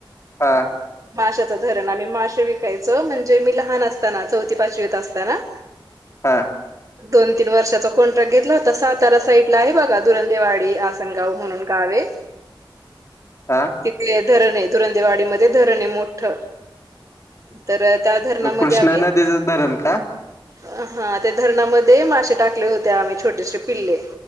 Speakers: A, on the left (about 35°); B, on the right (about 40°).
A: हा
B: माशाचं धरण, आम्ही मासे विकायचो म्हणजे, मी लहान असताना चौथी पाचवीत असताना <inaudible>
A: हा
B: दोन तीन वर्षाचा कॉन्ट्रॅक्ट घेतला होता. सातारा साईट आहे बघा दुरंदेवाडी आसनगाव म्हणून गाव आहे.
A: हा
B: तिकडे धरण हे धुरंदेवाडीमध्ये धरण हे मोठं तर त्यात धरणामध्ये
A: मग कृष्णा
B: आम्ही
A: नदीचं धरण का
B: हा, त्या धरणामध्ये माशे टाकले होते. आम्ही छोटेसे पिल्ले